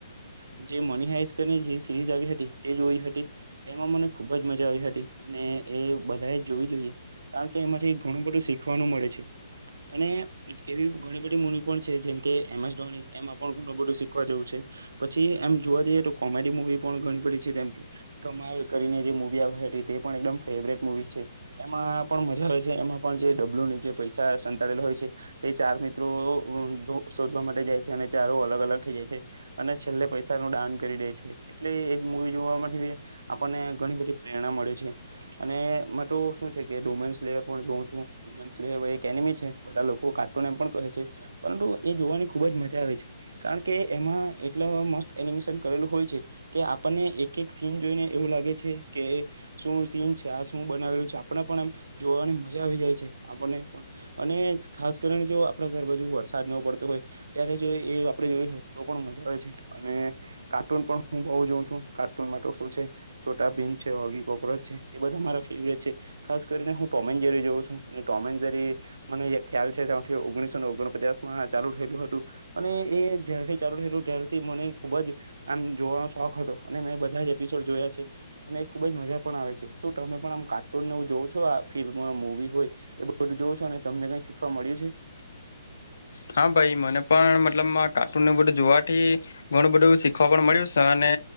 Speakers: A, on the right; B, on the left.
A: મની હાઈટ કરી સરીઝ આવી હતી તે જોઈ હતી તેમાં મને ખુબ જ મજા આવી હતી અને એ બધા જોવી જોઈએ કારણ કે એમાંથી ઘણું બધું શીખવાનું મળે છે અને એવી ઘણી બધી મુની પણ છે જેમકે એમ એસ ધોની એમાં પણ ઘણું બધું શીખવા જેવું છે પછી એમ જોવા જઈએ તો કોમેડી મુવી પણ ઘણી બધી છે તેમ જેમકે ધમાલ કરીને જે મુવી આવે તે પણ એકમ ફેવરેટ મુવી છે એમાં પણ મજા આવેય છે એમાં પણ જે ડબલ્યુ ની જે પૈસા સંતાડેલા હોય છે તે ચાર મિત્રો શોધવા માટે જાય છે અને ચારો અલગ અલગ થઈ જાય છે અને છેલ્લે પૈસા ન દાન કરી દે છે એટલે એજ મુવી જોવા માટે આપણને ઘણી બધી પ્રેરણા મળે છે અને શ છે ડોમે જો છું ડો એક એમી છે બધા લોકો કાર્ટુન એમ પણ કહે છે પરંતુ એ જોવાની ખુબ જ મજા આવે છે કારણ કે એમાં એટલા મસ્ટ એનિમેશન કરેલું હોય કે આપણને એક એક સીન જોઈને એવું લાગે છે કે શું સીન છે આ શું બનાવેલ આપ પણ એમ જોવાની મજા આવી જાય છે આપને અને ખાસ કરીને જો આપડા ઘર બાજુ વરસાદ ન પડતો હોય ત્યારે જો એ આપે જોય તો પણ મજા આવે છે અને કાર્ટૂન પણ હું બઉુ જોઉં છું કાર્ટૂન માટે શું છે છોટા ભીન છે ઓગી કોક્રચ છે એ બધા મારા ફેવરેટ છે ખાસ કરીને હું ટોમેજરી જોઉં છું ટોમેનજરી મને ખ્યાલ છે ત્યા ઓગણીસોનેઓગણ ચાલુ થયલું હતું અને એ જારથી ચાલુ થયલું ત્યારથી મને ખુબ જ આમ જોવા શોખ હતો અને મેં બધા એપિસોડ જોયા છે અને ખુબ જ મજા પણ આવે છે શું તમે પણ આમ કા કાર્ટૂન જોવો છો ફિલ્મ હો મુવી હોય એ બધું જોવું છો અને તમને કઈ શીખવા મળ્યું છે <inaudible>
B: હા ભાઈ મને પણ મતલબ કાર્ટૂન નું બધું જોવાથી ઘણું બધું શીખવા પણ મળ્યું છે અને